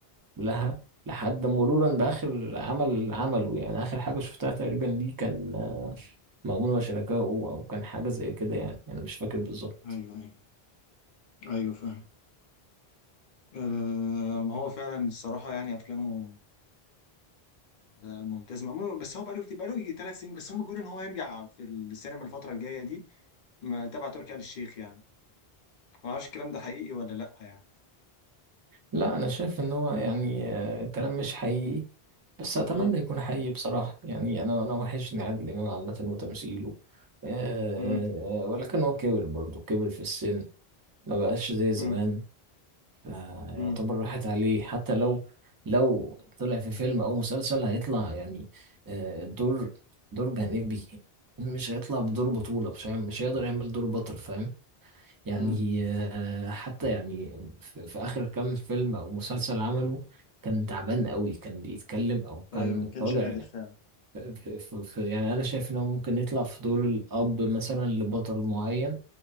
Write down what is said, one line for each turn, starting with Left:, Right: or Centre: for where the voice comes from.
Right: لها لحد مرورا بآخر عمل عمله يعني آخر حاجة شفتها تقريبا ليه كان مأمون وشركائه أو كان حاجة زي كده يعني أنا مش فاكر بالظبط
Left: ايوه ايوه ايوه فاهم آه ما هو فعلا الصراحه يعني افلامه آه، ممتاز مأمون بس هو بقاله كتير بقاله يجي ثلاث سنين بس هم بيقولوا ان هو يرجع في السينما الفترة الجاية دي ما- تبع تركي آل الشيخ يعني ما اعرفش الكلام ده حقيقي ولا لا يعني
Right: لا أنا شايف إن هو يعني آه، كلام مش حقيقي بس أتمنى
Left: امم
Right: يكون حقيقي بصراحة يعني أنا أنا وحشني عادل إمام عامة وتمثيله آه، آه،
Left: امم
Right: آه، ولكن هو كبر برضه كبر في السن ما بقاش زي زمان
Left: امم
Right: يعني
Left: امم
Right: يعتبر راحت عليه حتى لو لو طلع في فيلم او مسلسل هيطلع يعني آه، دور دور جانبي مش هيطلع بدور بطولة مش هيعمل- مش هيقدر يعمل دور بطل فاهم يعني
Left: امم
Right: آه، حتى يعني في, في آخر كام فيلم او مسلسل عمله كان تعبان قوي كان بيتكلم او كان
Left: ايوه ما كانش
Right: طالع
Left: قادر فعلا
Right: في, في, في يعني انا شايف انه ممكن يطلع في دور الاب مثلا لبطل معين